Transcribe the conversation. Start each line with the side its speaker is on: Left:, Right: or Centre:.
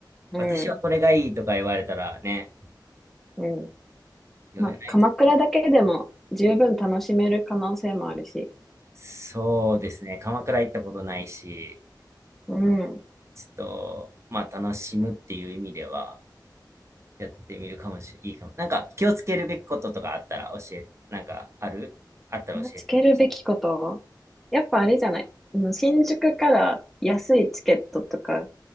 Centre: うん、
Right: 私はこれがいいとか言われたらね、
Centre: うん。
Right: 読めないと。
Centre: まあ、鎌倉だけでも十分楽しめる可能性もあるし。
Right: そうですね。鎌倉行ったことないし、
Centre: うん。
Right: ちょっと、まあ楽しむっていう意味ではやってみるかもしれないいかも。なんか気をつけるべきこととかあったら教え、なんかあるあったら教えてほしい。
Centre: 気をつけるべきことやっぱあれじゃない。あの新宿から安いチケットとか